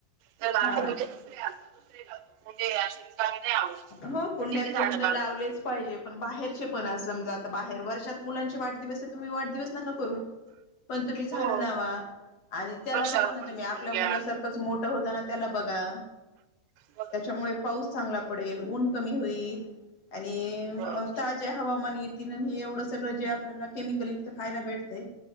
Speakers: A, on the right; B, on the left.
A: दुसर आणतो.
B: हा हा
A: दुसरे लावतो. कुंड्या या अशा रिकाम्या नाही आवडत.
B: हो. कुंड्यात
A: तर किती झाडं
B: तेन
A: लागणार
B: तर लावलेच पाहिजेत. पण बाहेरचे पण आहे समजा. आता बाहेर वर्षात मुलांचे वाढदिवस आहे तर तुम्ही वाढदिवस नका करू. पण तुम्ही झाडं
A: हो
B: लावा. आणि त्याला
A: वृक्षारोपण
B: बघा ना तुम्ही
A: करून
B: आपल्या
A: घ्या
B: मुलासारखं- - च मोठ होताना त्याला बघा.
A: बरोबर
B: त्याच्यामुळे पाऊस चांगला- पडेल. ऊन कमी होईल. आणि
A: बरोबर
B: ताजे हवामान- हे एवढं सगळं जे आपल्याला केमिकल युक्त खायला भेटतंय.